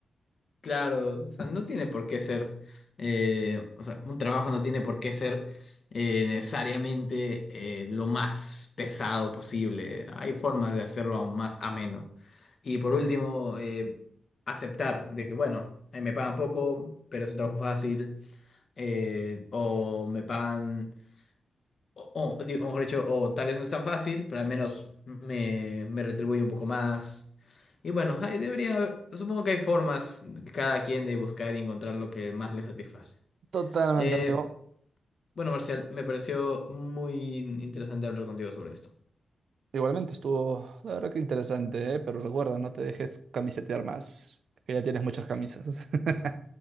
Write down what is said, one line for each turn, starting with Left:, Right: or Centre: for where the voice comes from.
Left: Claro, o sea, no tiene por qué ser, eh, o sea, un trabajo no tiene por qué ser eh, necesariamente eh, lo más pesado posible. Hay formas de hacerlo aún más ameno. Y por último, eh, aceptar de que, bueno, eh, me pagan poco, pero es un trabajo fácil, eh, o me pagan o, o, digo, mejor dicho, o tal vez no es tan fácil, pero al menos me, me retribuye un poco más. Y bueno, hay debería haber, supongo que hay formas que cada quien de buscar y encontrar lo que más le satisface.
Right: Totalmente,
Left: Eh,
Right: amigo.
Left: bueno, Marcial, me pareció muy interesante hablar contigo sobre esto.
Right: Igualmente estuvo, la verdad que interesante, ¿eh? Pero recuerda, no te dejes camisetear más, que ya tienes muchas camisas. <laughs>